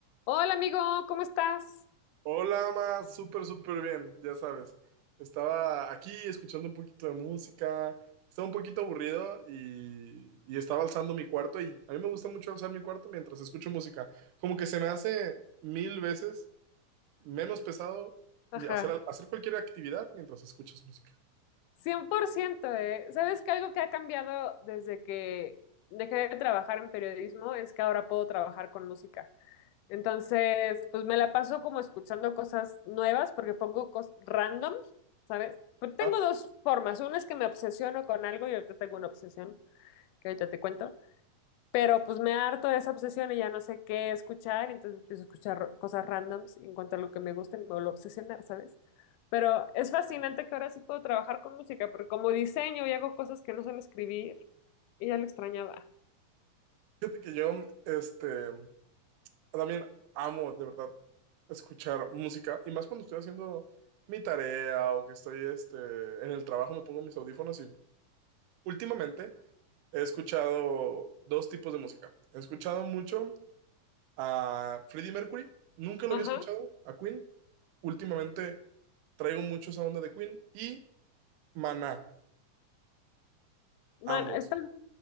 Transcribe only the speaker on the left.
Hola amigo, ¿cómo estás?
Ajá,
100%, ¿eh? ¿Sabes que algo que ha cambiado desde que dejé de trabajar en periodismo es que ahora puedo trabajar con música? Entonces, pues me la paso como escuchando cosas nuevas porque pongo cosas random, ¿sabes? Pero tengo
dos formas. Una es que me obsesiono con algo y ahorita tengo una obsesión que ahorita te cuento. Pero pues me harto de esa obsesión y ya no sé qué escuchar, y entonces empiezo a escuchar cosas randoms y encuentro lo que me gusta y me vuelvo a obsesionar, ¿sabes? Pero es fascinante que ahora sí puedo trabajar con música, porque como diseño y hago cosas que no son escribir, y ya lo extrañaba.
Ajá.
Man,
estás,